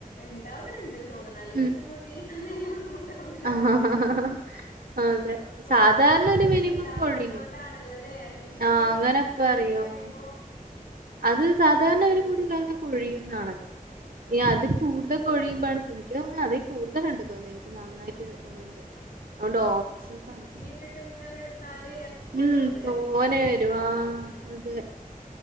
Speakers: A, on the left (about 90°); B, on the right (about 80°).
A: ഇണ്ടാവണൊണ്ട് <unintelligible> തോന്നണെ അല്ലെ
B: ഉം
A: ഇപ്പം മുടി തലയിലൊന്നും ഉണ്ടാവൂല്ല
B: ആഹ് അതെ
A: നമ്മള് കൊഴിയണേനനുസരിച്ച്
B: സാധാരണ ഒരു മിനിമം
A: ഇണ്ടാവുന്നുന്നതു
B: കൊഴിയും
A: കൊണ്ടാണല്ലോല്ലേ അല്ലെങ്കി ഇപ്പോ
B: ആഹ് പറയും
A: അങ്ങനെ പൊഴിയുമ്പോ
B: ആ. അത് സാധാരണ ഒരു മുടി കൊഴിയുന്നാണല്ലോ
A: ആഹ്
B: ഇനി അതിൽ കൂടുതൽ കൊഴിയുമ്പഴാണ് ശ്രദ്ധി ക്കുക എനിക്ക് തോന്നുന്നു അതി കൂടുതലൊണ്ടെന്നു തോന്നി നന്നായിട്ട്
A: ആഹ് ആഹ്
B: ഇതുണ്ട് അതുകൊണ്ട് <unintelligible>
A: ഇട്ടിട്ട് ഇങ്ങനെ എടുത്താല് എപ്പോഴും
B: ഉം
A: ഉണ്ട്
B: തോനെ
A: എപ്പോഴും ഇങ്ങനെ
B: വരും
A: മുടി
B: ആ
A: കിട്ടും ഉം
B: അതെ